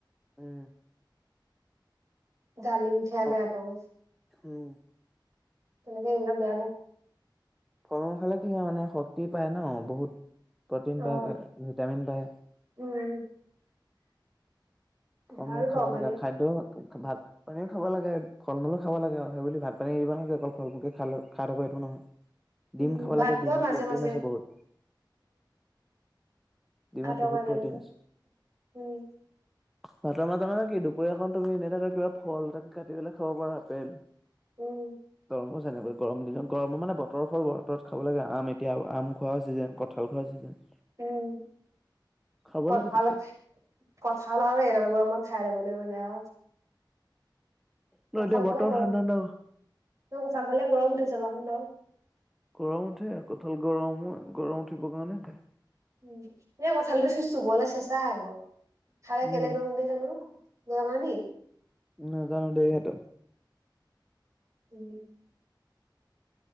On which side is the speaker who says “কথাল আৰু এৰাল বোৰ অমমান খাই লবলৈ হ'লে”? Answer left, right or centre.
Right